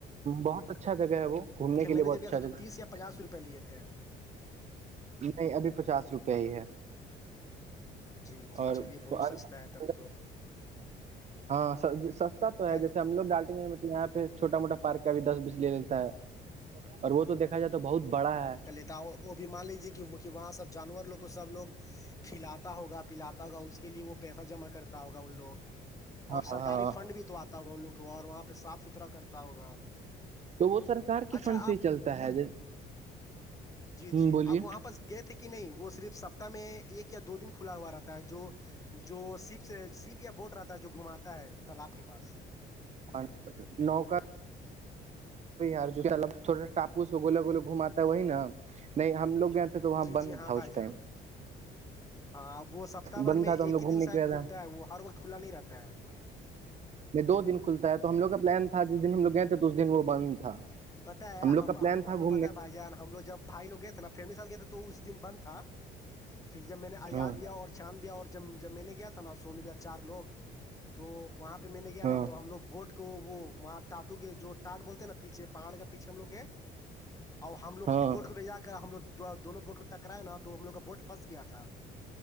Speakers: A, on the right; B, on the left.
A: بہت اچھا جگہ ہے وہ گھومنے
B: تھے
A: کے
B: میں
A: لیے
B: نے
A: بہت
B: جب گیا
A: اچھا
B: تھا تو
A: جگہ
B: تیس
A: ہے
B: یا پچاس روپئے لیے تھے
A: نہیں ابھی پچاس روپیہ ہی ہے
B: جی جی
A: اور
B: چلیے بہت سستا ہے تب تو
A: ہاں سستا تو ہے
B: کیا
A: جیسے ہم لوگ ڈالٹیں گے مطلب یہاں پہ چھوٹا موٹا پارک کا بھی دس بیس لے لیتا ہے اور وہ تو دھا جائے تو بہت بڑا ہے
B: ت وہ بھی مان لیجیے کہ وہ کہ وہاں سب جانور لوگ کو سب لوگ کھلاتا ہوگا پلاتا ہوگا اس کے لیے وہ پیسہ جمع کرتا ہوگا ان لوگ
A: ہاں
B: اور سرکاری
A: ہاں
B: فنڈ بھی تو آتا ہوگا ان لوگ کو اور وہاں پہ صاف ستھرا کرتا ہوگا
A: تو وہ سرکار کے
B: اچھا
A: فنڈ سے
B: آپ
A: ہی چلتا ہے
B: جی جی
A: بولیے
B: اب وہاں پر س گئے تھے کہ نہیں وہ صرف سپتتااہ میں ایک یا دو دن کھلا ہوا رہتا ہے جو جو سپ سے سیپ یا بوٹ رہتا ہے جو گھماتا ہے تالاب کے پاس
A: ہاں نوک ار تھوڑا سا ٹاپو سے گولا گول گھماتا ہے وہی نا نہیں ہم لوگ گئے تھے تو وہاں
B: جی
A: بند
B: جی ہاں
A: تھا
B: بھائی
A: اس ٹائم
B: جان ہاں وہ سپتہ بھر
A: بند
B: میں
A: تھا تو ہم
B: ایک
A: لوگ
B: ہی دن
A: گھومنے
B: شاید
A: گئے
B: کھلتا ہے وہ ہر وقت کھلا نہیں رہتا ہے
A: یہ دو دن کھلتا ہے تو ہم لوگ کا پلان تھا جس دن ہم لوگ گئے تھے تو اس دن وہ بند تھا
B: پتا ہے
A: لوگ
B: ہم
A: کا پلان تھا
B: ہم لوگ
A: گھومنے
B: پتتا ہے بھائی جان ہم لوگ جب ھائی لوگئے تھے نا فیملی ساتھ گئے تھے تو اس دن بند تھا پھر جب میں نے آزج
A: ہاں
B: لیا اور چاند دیا اور جب جب میں نے گیا تھا نا سونی چار لوگ تو وہاں پہ میں نے گیا
A: ہاں
B: نا تو ہم لوگ بوٹ تو وہاں ٹاٹو کے جوٹ بولتے ہیں نا پیچھے پہاڑ کا پیچ ہم لوگ گ اور ہم لوگ
A: ہاں
B: بورٹ کو لے جا کر ہم لوگ دونوں بوٹ کو ٹکراائے نا تو ہم لوگ کا بوٹ پھنس گیا تھا